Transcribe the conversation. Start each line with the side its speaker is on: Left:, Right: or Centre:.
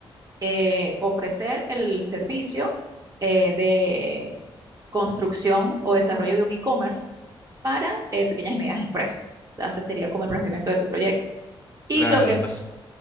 Right: eh, ofrecer el servicio eh, de construcción o desarrollo de un e-commerce para eh, pequeñas y medianas empresas. O sea, ese sería como el planteamiento de tu proyecto. Y
Left: claro,
Right: lo que,
Left: es más,